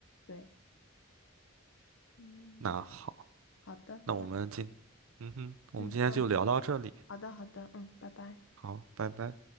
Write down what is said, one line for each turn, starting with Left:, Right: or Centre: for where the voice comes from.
Left: 对，嗯，
Right: 那好。
Left: 好的，
Right: 那我们今，
Left: 那。
Right: 嗯哼，我们今天就聊到这里，
Left: 嗯，那好的好的，嗯，拜拜。
Right: 好，拜拜。